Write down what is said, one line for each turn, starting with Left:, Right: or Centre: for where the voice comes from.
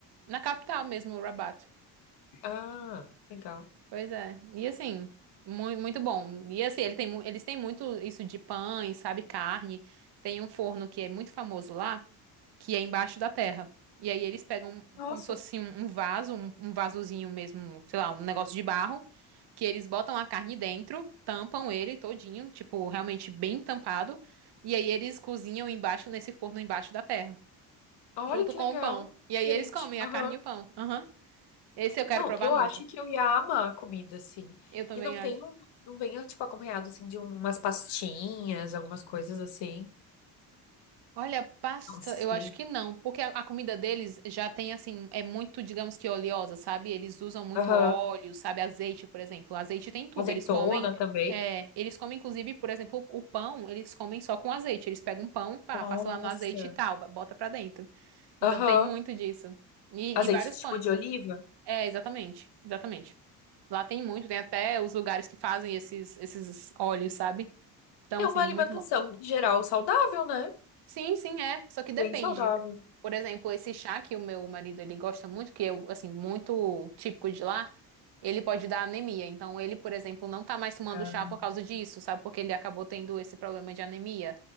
Right: Na capital mesmo, Rabat.
Left: Ah, legal.
Right: Pois é. E assim, mu- muito bom. E assim, ele tem, mu- eles têm muito isso de pães, sabe, carne. Tem um forno que é muito famoso lá, que é embaixo da terra. E aí eles pegam
Left: Nossa,
Right: como se fosse um, um vaso, um, um vasozinho mesmo, sei lá, um negócio de barro, que eles botam a carne dentro, tampam ele todinho, tipo, realmente bem tampado. E aí eles cozinham embaixo nesse forno embaixo da terra,
Left: olha
Right: junto
Left: que
Right: com
Left: legal,
Right: o pão. E
Left: diferente.
Right: aí eles comem
Left: Aham.
Right: a carne e o pão. Aham. Esse eu quero
Left: Não,
Right: provar
Left: eu
Right: muito.
Left: acho que eu ia amar a comida assim.
Right: Eu também
Left: E não
Right: acho.
Left: tem, um- não vem tipo acompanhado assim de umas pastinhas, algumas coisas assim.
Right: Olha, pasta,
Left: Não sei.
Right: eu acho que não, porque a, a comida deles já tem assim, é muito, digamos que oleosa, sabe? Eles usam muito
Left: Aham.
Right: óleo, sabe? Azeite, por exemplo. Azeite tem tudo.
Left: Azeitona
Right: Eles comem,
Left: também.
Right: é, eles comem inclusive, por exemplo, o, o pão, eles comem só com azeite. Eles pegam um pão, pá,
Left: Nossa.
Right: passa lá no azeite e tal, bota pra dentro. Então
Left: Aham.
Right: tem muito disso. E,
Left: Azeite
Right: e vários
Left: tipo
Right: pães.
Left: de oliva.
Right: É, exatamente, exatamente. Lá tem muito, tem até os lugares que fazem esses, esses óleos, sabe? Então,
Left: É
Right: assim,
Left: uma alimentação
Right: muito bom.
Left: em geral saudável, né?
Right: Sim, sim, é. Só que depende.
Left: Bem saudável.
Right: Por exemplo, esse chá que o meu marido ele gosta muito, que é assim muito típico de lá, ele pode dar anemia. Então ele, por exemplo, não tá mais tomando
Left: Ah,
Right: chá por causa disso, sabe? Porque ele acabou tendo esse problema de anemia.